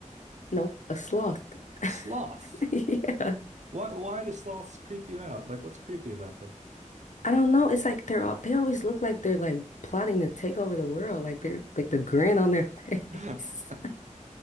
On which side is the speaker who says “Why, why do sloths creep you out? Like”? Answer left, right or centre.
Right